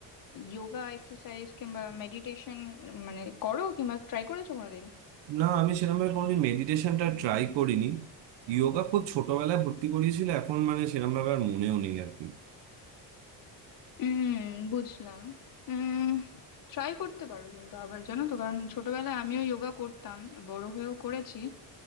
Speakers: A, on the left (about 50°); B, on the right (about 75°).
A: যোগা এক্সারসাইজ কিংবা মেডিটেশন মানে করো কিংবা ট্রাই করেছো কোনোদিন
B: না আমি সেরকমভাবে কোনোদিন মেডিটেশনটা ট্রাই করিনি যোগা খুব ছোটবেলায় ভর্তি করিয়েছিল এখন মানে সেরকমভাবে আর মনেও নেই আর কি
A: হুম বুঝলাম হুম ট্রাই করতে পারো কিন্তু আবার জানো তো কারণ ছোটবেলায় আমিও যোগা করতাম বড় হয়েও করেছি